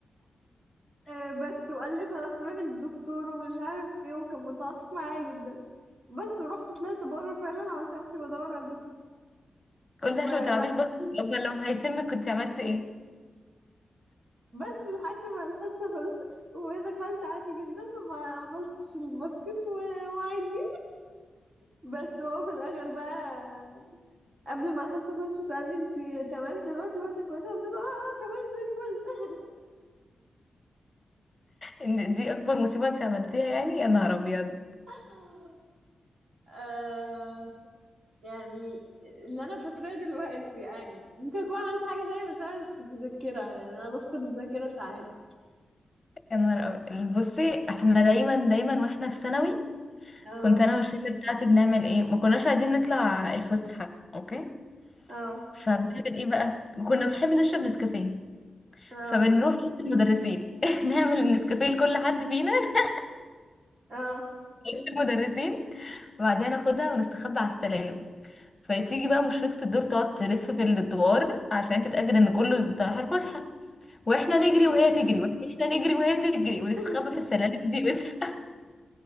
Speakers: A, on the right; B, on the left.
A: آه، بس وقال لي خلاص روحي للدكتور ومش عارف ايه وكان متعاطف معايا جدا بس ورحت طلعت بره فعلا عملت نفسي بدور على
B: قلت
A: الدكتور
B: عشان ما تلعبيش باسكت امال لو هيسمك كنت عملتي ايه
A: بس لحد ما الحصة خلصت ودخلت عادي جدا ما عملتش الباسكت و- وعادي بس هو في الآخر بقى قبل ما الحصة خلصت سألني انتي تمام دلوقتي واحنا كويسة قلت له اه اه تمام زي الفل
B: ان دي اكبر مصيبه انت عملتيها يعني يا نهار ابيض
A: <laughs> آه يعني اللي انا فاكراه دلوقتي يعني ممكن اكون عملت حاجة تانية بس انا مش متذكرة يعني انا بفقد الذاكرة ساعات <laughs>
B: يا نهار ابيض بصي احنا دايما دايما واحنا في ثانوي
A: اه
B: كنت انا والشله بتاعتي بنعمل ايه ما كناش عايزين نطلع الفسحه اوكي
A: اه
B: فبنعمل ايه بقى كنا بنحب نشرب نسكافيه
A: اه
B: فبنروح اوضه المدرسين <laughs> نعمل النسكافيه لكل حد فينا <laughs>
A: اه
B: أوضة المدرسين وبعدين ناخدها ونستخبى على السلالم فتيجي بقى مشرفة الدور تقعد تلف في الدوار عشان تتأكد ان كله رايح الفسحة واحنا نجري
A: اه
B: وهي تجري واحنا نجري وهي تجري ونستخبى
A: <laughs>
B: في السلالم دي بس <laughs>